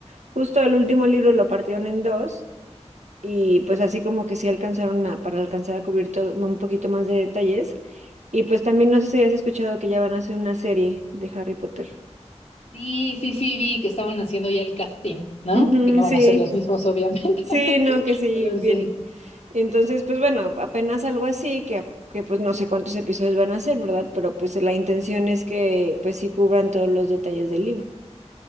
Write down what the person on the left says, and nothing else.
Sí, sí, sí, vi que estaban haciendo ya el casting, ¿no?
Porque no
van a ser los mismos, obviamente,
<laughs>
pero
sí.